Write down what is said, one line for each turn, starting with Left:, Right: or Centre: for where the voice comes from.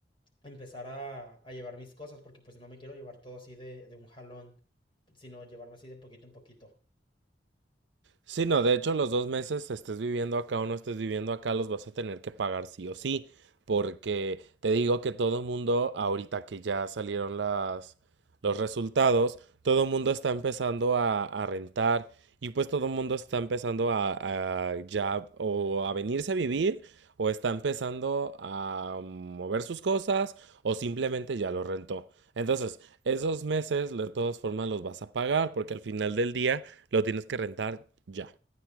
Left: empezar a, a llevar mis cosas, porque pues no me quiero llevar todo así de, de un jalón, sino llevarme así de poquito en poquito.
Right: Sí, no, de hecho los dos meses estés viviendo acá o no estés viviendo acá los vas a tener que pagar sí o sí, porque te digo que todo el mundo, ahorita que ya salieron las, los resultados, todo el mundo está empezando a, a rentar y pues todo el mundo está empezando a, a ya o a venirse a vivir o está empezando a mover sus cosas o simplemente ya lo rentó. Entonces, esos meses de todas formas los vas a pagar porque al final del día lo tienes que rentar ya.